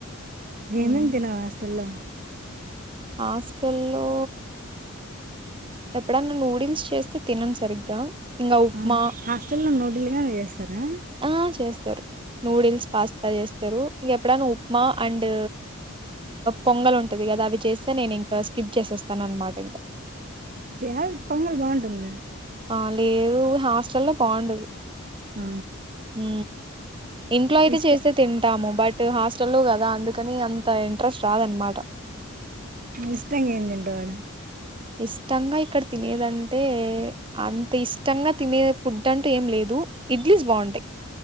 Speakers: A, on the right; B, on the right.
A: హ్మ్
B: ఏమేమి తినవు హాస్టల్లో
A: హాస్టల్లో ఎప్పుడన్నా నూడిల్స్ చేస్తే తినను సరిగ్గా ఇంగ ఉప్మా
B: ఆ హాస్టల్ల్లో నోడులుగానే చేస్తారా
A: ఆ చేస్తారు నూడిల్స్ పాస్తా చేస్తారు ఇంక ఎప్పుడనా ఉప్మా అండ్ పొంగల్ ఉంటంది కదా అవి చేసి నేను ఇంకా స్కిప్ చేసేస్తాను అన్నమాట ఇంకా
B: అ పొంగల్ బాగుంటుంది గా
A: ఆ లేదు హాస్టల్ల్లో బాగుండదు
B: ఆ
A: హ ఇంట్లో అయితే
B: ఇష్టం
A: చేస్తే తింటాము బట్ హాస్టల్ కదా అందుకని అంత ఇంట్రెస్ట్ రాదనమాట
B: ఇష్టంగా ఏం తింటావడ
A: ఇష్టంగా ఇక్కడ తినేదంటే అంత ఇష్టంగా తినే ఫుడ్ అంటూ ఏం లేదు ఇడ్లీస్ బాగుంటాయి